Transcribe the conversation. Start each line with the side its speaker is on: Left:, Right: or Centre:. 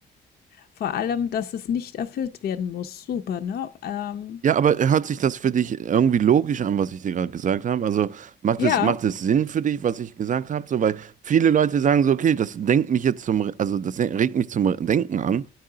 Left: vor allem, dass es nicht erfüllt werden muss. Super, ne? Ähm,
Right: Ja, aber hört sich das für dich irgendwie logisch an, was ich dir gerade gesagt habe? Also macht
Left: ja,
Right: es, macht es Sinn für dich, was ich gesagt habe? So, weil viele Leute sagen so, okay, das denkt mich jetzt zum, Re- also das regt mich zum Re- Denken an,